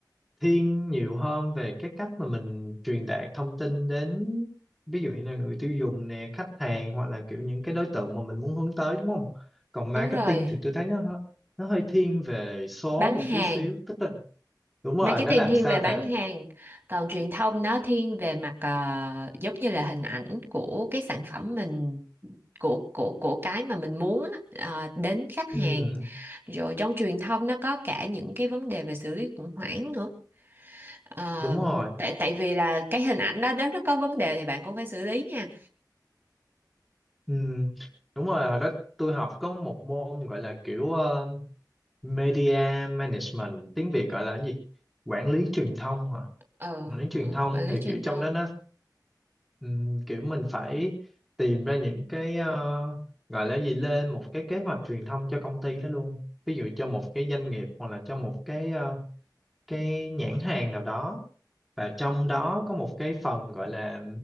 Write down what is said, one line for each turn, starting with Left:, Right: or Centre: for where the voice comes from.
Centre: thiên nhiều hơn về cái cách mà mình truyền đạt thông tin đến ví dụ như là người tiêu dùng nè khách hàng hoặc là kiểu những cái đối tượng mà mình muốn hướng tới đúng không còn marketing
Right: đúng rồi
Centre: thì tôi thấy nó hơi- nó hơi thiên về số
Right: bán
Centre: một
Right: hàng
Centre: tí xíu tức là đúng rồi
Right: Marketing
Centre: nó làm
Right: thiên
Centre: sao
Right: về
Centre: để
Right: bán hàng, còn truyền thông nó thiên về mặt ờ, giống như là hình ảnh của cái sản phẩm mình của của của cái mà mình muốn á, ờ, đến khách
Centre: ừ,
Right: hàng. Rồi trong truyền thông nó có cả những cái vấn đề về xử lý khủng hoảng nữa. Ờ,
Centre: đúng rồi
Right: tại tại vì là cái hình ảnh đó nếu nó có vấn đề thì bạn cũng phải xử lý nha.
Centre: ừ, đúng rồi hồi đó tôi học có một môn gọi là kiểu ờ, media management tiếng Việt gọi là cái gì quản lý truyền thông hả
Right: Ờ,
Centre: Mà đến truyền
Right: ừ,
Centre: thông
Right: quản
Centre: thì
Right: lý truyền
Centre: kiểu trong
Right: thông.
Centre: đó nó ừm, kiểu mình phải tìm ra những cái ờ, gọi là gì lên một cái kế hoạch truyền thông cho công ty đó luôn ví dụ cho một cái doanh nghiệp hoặc là cho một cái ờ, cái nhãn hàng nào đó và trong đó có một cái phần gọi là